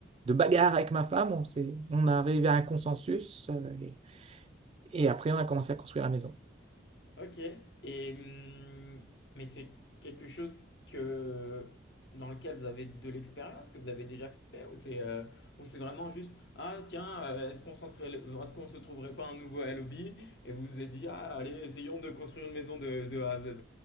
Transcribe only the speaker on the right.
de bagarres avec ma femme, on s'est, on est arrivé à un consensus. euh, et, et après, on a commencé à construire la maison.